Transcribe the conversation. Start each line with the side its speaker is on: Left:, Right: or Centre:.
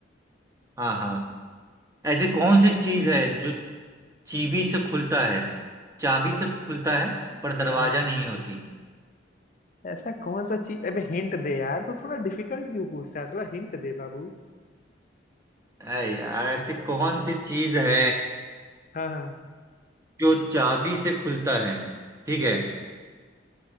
Right: हाँ हाँ ऐसी कौन सी चीज है जो चीबी से खुलता है चाबी से खुलता है पर दरवाजा
Left: हाँ हाँ।
Right: नहीं होती
Left: ऐसा कौन सा चीज अबे हिंट दे यार तू थोड़ा डिफिकल्ट क्यों पूछता है थोड़ा हिंट दे बाबू
Right: अरे यार ऐसी कौन सी चीज है
Left: हाँ हाँ
Right: जो चाबी से खुलता है ठीक है